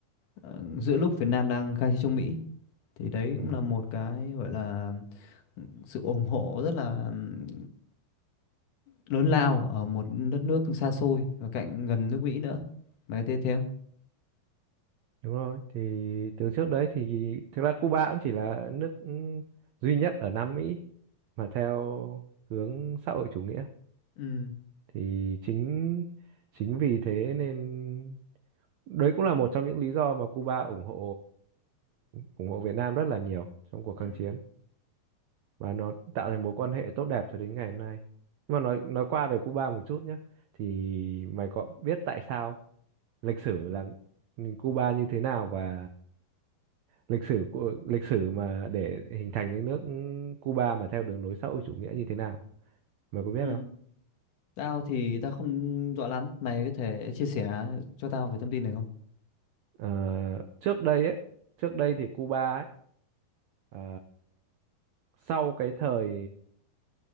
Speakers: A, on the left (about 65°); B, on the right (about 85°).
A: Ờ,
B: ừ
A: Giữa lúc Việt Nam đang khai chiến chống Mỹ thì đấy
B: ừ
A: cũng là một cái gọi là sự ủng hộ rất là ừm, lớn lao ở một đất nước xa xôi và cạnh gần nước Mỹ nữa. Mày có thấy thế không?
B: đúng rồi thì từ trước đấy thì thực ra Cuba cũng chỉ là nước ừ, duy nhất ở Nam Mỹ mà theo hướng xã hội chủ nghĩa
A: Ừ.
B: thì chính chính vì thế nên đấy cũng là một trong những lý do mà Cuba ủng hộ ủng hộ Việt Nam rất là nhiều trong cuộc kháng
A: Ừ.
B: chiến và nó tạo thành mối quan hệ tốt đẹp cho đến ngày hôm nay. Nhưng mà nói nói qua về Cuba một chút nhé, thì mày có biết tại sao lịch sử làm Cuba như thế nào và lịch sử của lịch sử mà để hình thành đến nước Cuba mà theo đường lối xã hội chủ nghĩa như thế nào? Mày có biết
A: Ừ.
B: không?
A: Tao thì tao không rõ lắm, mày có thể chia sẻ cho tao về thông tin này không?
B: Ờ, trước đây ấy, trước đây thì Cuba ấy, ờ, sau cái thời